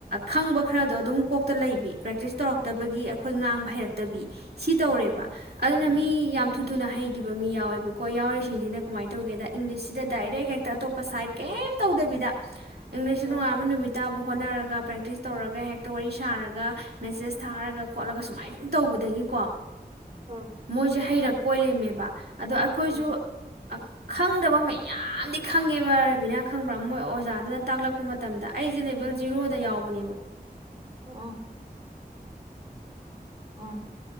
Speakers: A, on the right; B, on the right.
A: ꯈꯪꯕ ꯈꯔꯗꯣ ꯑꯗꯨꯝ ꯀꯣꯛꯇ ꯂꯩꯕꯤ ꯄ꯭ꯔꯦꯛꯇꯤꯁ ꯇꯧꯔꯛꯇꯕꯒꯤ ꯑꯩꯈꯣꯏ ꯉꯥꯡꯕ ꯍꯩꯔꯛꯇꯕꯤ ꯁꯤ ꯇꯧꯔꯦꯕ
B: ꯎꯝ
A: ꯑꯗꯨꯅ ꯃꯤ ꯌꯥꯝ ꯊꯨ ꯊꯨꯅ ꯍꯩꯈꯤꯕ ꯃꯤ ꯌꯥꯎꯋꯦꯕꯀ ꯀꯣꯏ ꯌꯥꯎꯔꯤꯁꯤꯡꯁꯤꯅ ꯀꯃꯥꯏꯅ ꯇꯧꯒꯦꯗ ꯏꯪꯂꯤꯁꯁꯤꯗ ꯗꯥꯏꯔꯦꯛ ꯍꯦꯛꯇ ꯑꯇꯣꯞꯄ ꯁꯥꯏꯠ ꯀꯩꯝ ꯇꯧꯗꯕꯤꯗ ꯏꯪꯂꯤꯁꯇ ꯅꯨꯡꯉꯥꯏꯕ
B: ꯎꯝ
A: ꯅꯨꯃꯤꯠꯠꯇꯥꯕꯨ ꯍꯣꯠꯅꯔꯒ ꯄ꯭ꯔꯦꯛꯇꯤꯁ ꯇꯧꯔꯒ ꯍꯦꯛꯇ ꯋꯥꯔꯤ ꯁꯥꯔꯒ ꯃꯦꯁꯦꯁ ꯊꯥꯔꯒ ꯈꯣꯠꯂꯒ ꯁꯨꯃꯥꯏ ꯁꯨꯝ ꯇꯧꯕꯗꯒꯤꯀꯣ
B: ꯎꯝ
A: ꯃꯣꯏꯁꯦ ꯍꯩꯔꯛꯄ ꯄꯣꯏꯂꯦꯝꯦꯝꯃꯦꯕ ꯑꯗꯣ ꯑꯩꯈꯣꯏꯁꯨ
B: ꯎꯝ
A: ꯈꯪꯗꯕ ꯃꯌꯥꯝꯗꯤ ꯈꯪꯉꯦꯕ ꯔꯕꯤꯅꯥ ꯈꯪꯕ꯭ꯔꯥ ꯃꯣꯏ ꯑꯣꯖꯥꯗꯨꯅ ꯇꯥꯛꯂꯛꯄ ꯃꯇꯝꯗ ꯑꯩꯁꯦ ꯂꯦꯕꯦꯜ ꯖꯤꯔꯣꯗ ꯌꯥꯎꯕ <inaudible>
B: ꯎꯝ ꯎꯝ